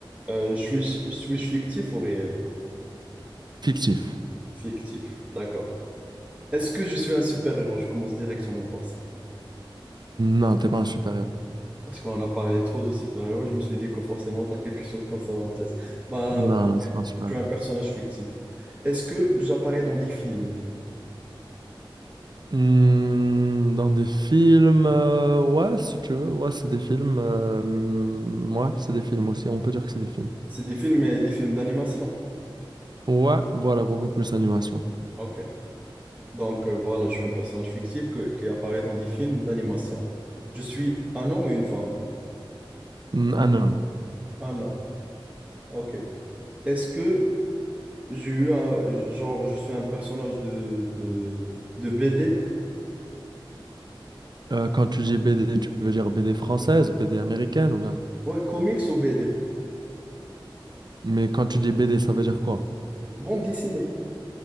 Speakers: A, on the right; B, on the right.
A: Euh, je suis, suis-je fictif ou réel?
B: Fictif.
A: Fictif, d'accord. Est-ce que je suis un super-héros? Je commence directement par ça.
B: Non, t'es pas un super-héros.
A: Parce qu'on a parlé trop de super-héros, je me suis dit que forcément, tu as quelque chose comme ça en tête. Bah,
B: Non,
A: ok,
B: non, c'est pas un super-héros.
A: tu es un personnage fictif. Est-ce que j'apparais dans des films?
B: Hmm, dans des films, euh, ouais, si tu veux, ouais, c'est des films. euh, hmm, ouais, c'est des films aussi, on peut dire que c'est des films.
A: C'est des films, mais des films d'animation.
B: Ouais, voilà, beaucoup plus animation.
A: Ok. Donc euh, voilà, je suis un personnage fictif que- qui apparaît dans des films d'animation. Je suis un homme et une femme.
B: Mm, Un homme.
A: Un homme. Ok. Est-ce que j'ai eu un... Genre, je suis un personnage de, de, de BD?
B: Euh, quand tu dis BD, tu veux dire BD française, BD américaine ou bien?
A: Ouais, comics ou BD?
B: Mais quand tu dis BD, ça veut dire quoi?
A: Bon, dessiné.